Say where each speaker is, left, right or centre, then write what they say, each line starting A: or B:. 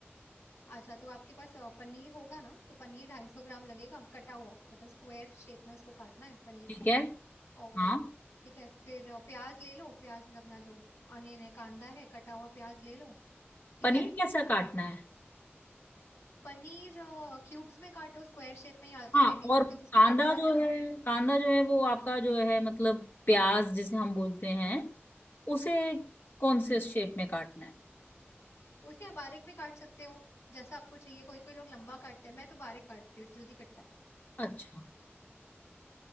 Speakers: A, on the left; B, on the left.
A: अच्छा तो आपके पास अ, पनीर होगा ना तो पनीर ढाई सौ ग्राम लगेगा कटा हुआ मतलब स्क्वायर शेप में उसको काटना है पनीर
B: ठीक
A: को
B: है
A: और
B: हाँ
A: ठीक है फिर अ, प्याज ले लो प्याज मतलब अपना जो अनियन है कांदा है कटा हुआ प्याज ले लो ठीक
B: पनीर
A: है
B: कैसा काटना है
A: पनीर क्यूब्स में काटो स्क्वायर शेप में या
B: हाँ
A: तो रेडीमेड
B: और
A: क्यूब्स
B: कांदा
A: में कटे हुए
B: जो
A: आते हैं ना
B: है कांदा जो है वो आपका जो है मतलब प्याज जिसे हम बोलते हैं उसे कौन से शेप में काटना है
A: उसे आप बारीक भी काट सकते हो जैसा आपको चाहिए कोई कोई लोग लंबा काटते हैं मैं तो बारीक काटती हूँ जल्दी कटता है
B: अच्छा